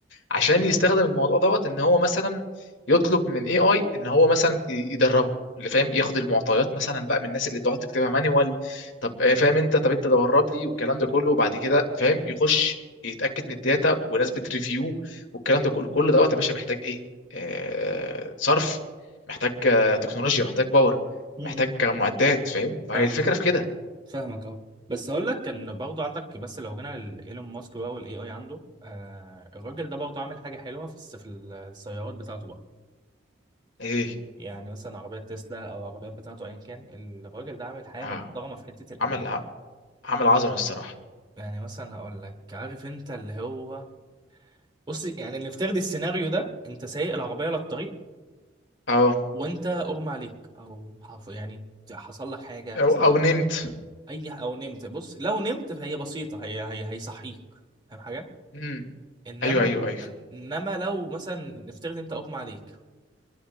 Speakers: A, on the left (about 85°); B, on the right (about 25°).
A: عشان يستخدم الموضوع دوت ان هو مثلا يطلب من اي اي ان هو مثلا ي- يدربه اللي فاهم ياخد المعطيات مثلا بقى من الناس اللي تقعد تكتبها مانيوال طب آه، فاهم انت طب انت دورب لي والكلام ده كله وبعد كده فاهم يخش يتاكد من الداتا وناس بتريفيو والكلام ده كله كل دوت يا باشا محتاج ايه آه صرف محتاج آه، تكنولوجيا محتاج باور
B: م-م.
A: محتاج معدات فاهم فهي
B: فاهمك
A: الفكره في كده
B: فاهمك اهو بس هقول لك كان برضه عندك بس لو جينا لايلون ماسك بقى والاي اي عنده آه الراجل ده برضه عامل حاجه حلوه في الس- في السيارات بتاعته بقى
A: ايه
B: يعني مثلا عربيات تسلا او عربيات بتاعته ايا كان الراجل ده عامل حاجه
A: اه
B: محترمه في حته الامان
A: عمل ع- عمل عظمه الصراحه
B: يعني مثلا هقول لك عارف انت اللي هو بص يعني اللي افترض السيناريو ده انت سايق العربيه على الطريق
A: اه
B: وانت اغمى عليك او حف- يعني حصل لك حاجه مثلا
A: او او نمت
B: اي او نمت بص لو نمت فهي بسيطه هي هي هيصحيك فاهم حاجه
A: امم
B: انما
A: ايوه ايوه ايوه
B: انما لو مثلا نفترض انت اغمى عليك